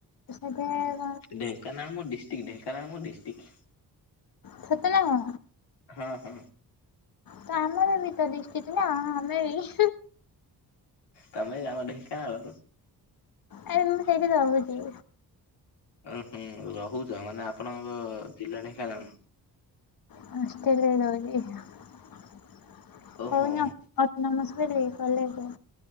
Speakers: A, on the left; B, on the left.
A: ଏବେ ଆଉ
B: ଢେଙ୍କାନାଳ ମୋଡିଷ୍ଟ୍ର୍କ ଢେଙ୍କାନାଳ ମୋଡିଷ୍ଟ୍ରିକ୍ଟ।
A: ସତେନା କଣ?
B: ହଁ-ହଁ।
A: ତ ଆମର ବି ତ ଡିଷ୍ଟିକ୍ ନା ଆମେ ବି।
B: ତମେ ଏଇ ଆମ ଢେଙ୍କାନାଳରୁ?
A: ଆରେ ମୁଁ ସେଇଠି ରହୁଚି।
B: ଓହୁଁ ରହୁଚ ମାନେ ଆପଣଙ୍କ ଜିଲ୍ଲା ଢେଙ୍କାନାଳ।
A: ହଷ୍ଟଲେରେ ରହୁଚି <unintelligible>
B: ଓହୋ
A: ଅଟୋନୋମସ କହିଲେ କଲେଜ